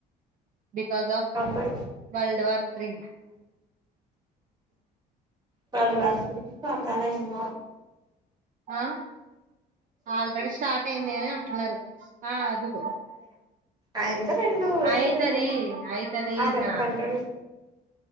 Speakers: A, on the right; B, on the right.
A: బికాస్ ఆఫ్
B: డబ్బులు
A: వర్ల్డ్ వార్ త్రీ
B: పలాలంద
A: ఆ ఆల్రెడీ స్టార్ట్ అయింది అని అంటున్నారు ఆ అది
B: అంద రెండ ఒడియాదు
A: అయితది
B: రెండ
A: అయితది
B: అరబ్
A: ఇంగ
B: కండ్రలు